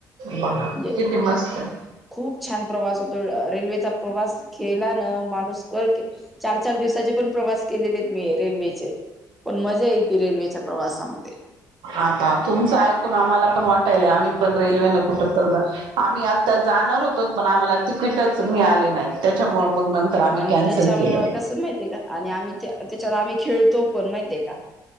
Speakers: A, on the right (about 75°); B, in the centre.
A: बघा
B: म्हणजे
A: किती मस्त आहे.
B: खूप छान प्रवास होतो रेल्वेचा प्रवास केलान चार चार दिवसाचे पण प्रवास केलेले आहेत मी रेल्वेचे पण मजा येते रेल्वेच्या प्रवासामध्ये
A: आता तुमच ऐकून आम्हाला पण वाटायलाय आम्ही पण रेल्वेन कुठ तर आम्ही आता जाणार होतो पण आम्हाला तिकीटच मिळाली नाहीत त्याच्यामुळे मग नंतर आम्ही
B: आणि
A: कॅन्सल
B: त्याच्यामुळं
A: केलं
B: कसं माहित आहे का आणि आम्ही त्याच्याला आम्ही खेळतो पण माहिितय का